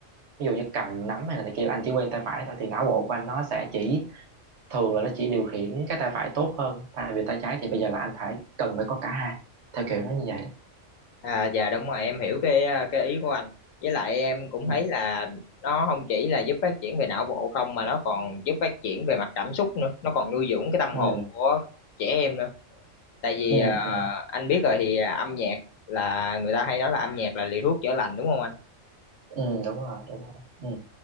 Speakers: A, on the right; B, on the left.
A: ví dụ như cầm nắm hay là này kia là anh chỉ quen tay phải thôi thì não bộ của anh nó sẽ chỉ thường là nó chỉ điều khiển cái tay phải tốt hơn thay vì tay trái thì bây giờ là anh phải cần phải có cả hai theo kiểu nó như vậy đó
B: À, dạ đúng rồi em hiểu cái à, cái ý của anh với lại em cũng
A: ừ.
B: thấy là nó không chỉ là giúp phát triển về não bộ không mà nó còn giúp phát triển về mặt cảm xúc nữa nó còn nuôi dưỡng cái tâm
A: Ừ.
B: hồn của trẻ em nữa tại vì
A: ừ
B: à,
A: ừ
B: anh biết rồi thì à, âm nhạc là người ta hay nói là âm nhạc là liều thuốc chữa lành đúng không anh
A: ừ đúng rồi đúng rồi ừ.